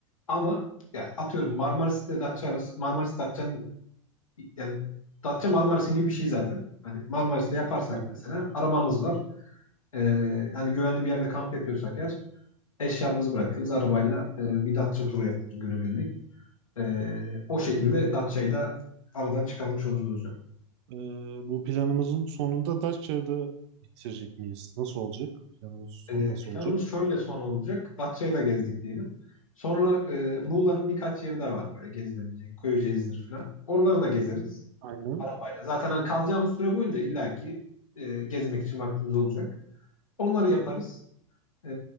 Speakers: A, on the left; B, on the right.
A: Ama yani atıyorum Marmaris ile Datça arası Marmaris Datça'nın yani Datça Marmaris'in gibi bir şey zaten. Hani Marmaris'te yaparsak
B: Aynen.
A: mesela arabamız var. Ee, hani güvenli bir yerde kamp yapıyorsak eğer eşyamızı bırakırız arabayla e, bir Datça turu yaparız günübirlik. Ee, o şekilde Datça'yı da aradan çıkarmış oluruz hocam.
B: E, bu planımızın sonunda Datça'da bitirecek miyiz? Nasıl olacak? Planımızın sonu
A: E,
B: nasıl olacak?
A: planımız şöyle son olacak. Datça'yı da gezdik diyelim. Sonra e, Muğla'nın birkaç yeri daha var böyle gezilebilecek. Köyceğiz'dir falan. Oraları da gezeriz
B: Aynen.
A: arabayla. Zaten hani kalacağımız süre boyunca illaki e, gezmek için vaktimiz olacak. Onları yaparız. E,